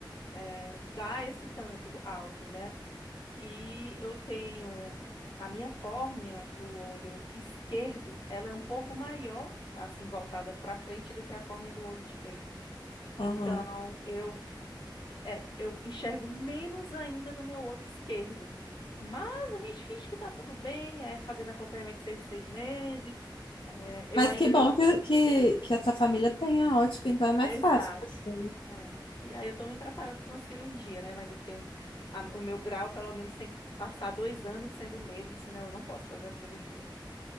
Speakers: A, on the left (about 65°); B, on the left (about 85°).
A: é, dá esse tanto alto, né? E eu tenho a minha córnea do olho esquerdo, ela é um pouco maior, assim, voltada para frente do que a córnea do olho direito.
B: Aham.
A: Então, eu, é, eu enxergo menos ainda no meu olho esquerdo. Mas a gente finge que tá tudo bem, é fazendo acompanhamento de seis em seis meses. é, eu
B: Mas
A: ainda
B: que bom
A: não.
B: que, que, que essa família tenha ótica,
A: <laughs>
B: então é mais
A: Exato.
B: fácil, pra você.
A: é. E aí eu tô me preparando para uma cirurgia, né? Mas eu tenho. a- o meu grau, pelo menos, tem que passar dois anos sendo o mesmo, senão eu não posso fazer a cirurgia.